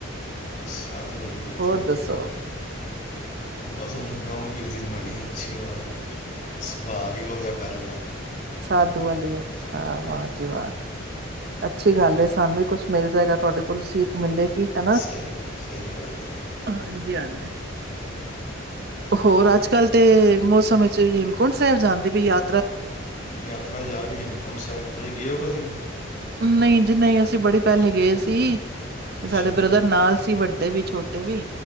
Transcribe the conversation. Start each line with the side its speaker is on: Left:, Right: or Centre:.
Left: ਸਾਧੂ ਵਾਲੀ ਵਿਰਤੀ
Right: ਹੋਰ
Left: ਹੋ
Right: ਦੱਸੋ
Left: ਗਈ ਫੇ ਬਸ ਉਹਨੂੰ ਗਊ ਪੀਰਤੀ ਬਣਾਉਣੀ ਆ ਆਸ਼ੀਰਵਾਦ ਉਹੂੰ ਸੁਭਾਅ ਵੀ ਉਹ ਜਿਹਾ ਕਰ ਲੈਣਾ
Right: ਸਾਧੂ ਅਲੀ ਅੱਛਾ ਵਾਹ ਜੀਵਾਾਹ ਅੱਛੀ ਗੱਲਏ
Left: ਗੱਲ-
Right: ਸਾਨੂੰ ਵੀ ਕੁੱਛ ਮਿਲ ਜਾਏਗਾ ਤੁਹਾਡੇ ਕੋਲ ਲ ਸੀਖ ਮਿਲਦੇ ਹਨਾ
Left: ਸਹੀ ਸਹੀ ਗੱਲ ਹੈ ਜੀ
Right: ਹਾਂਜੀ ਹਾਂਜੀ ਹੋਰ ਅੱਜ ਕਲ ਤੇ ਮੌਸਮ ਵਿੱਚ ਕਣ ਸਹਿਰ ਜਾਂਦੇ ਵੀ ਯਾ
Left: ਯਾਤਰਾ ਜਾ ਰਹੀ ਹੈਮਕੁੰਟ ਸਾਹਿਬ ਤੁਸੀਂ ਗਏਓ ਕਦੀ
Right: ਨਹੀਂ ਜੀ ਨਹੀਂ ਅਸੀਂ ਬੜੀ ਪਹਿਲੇ ਗਏ ਸੀ ਤੇ
Left: ਅੱਛਾ
Right: ਸਾਡੇ ਬ੍ਰਦਰ ਨਾਲ ਸੀ ਵੱਡੇ ਵੀ ਛੋਟ ਵੀ